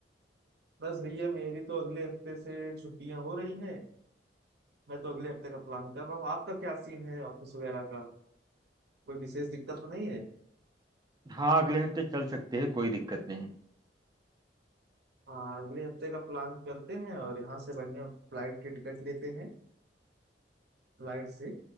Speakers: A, on the right (about 65°); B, on the right (about 25°).
A: बस भैया मेरी तो अगले हफ्ते से छुट्टियां हो रही हैं मैं तो अगले हफ्ते का प्लान कर रहा हूँ आपका क्या सीन है ऑफिस वगैरह का कोई विशेष दिक्कत तो नहीं है
B: हाँ अगले हफ्ते चल सकते हैं कोई दिक्कत नहीं
A: हाँ अगले हफ्ते का प्लान करते हैं और यहाँ से बढ़िया फ्लाइट की टिकट लेते हैं फ्लाइट से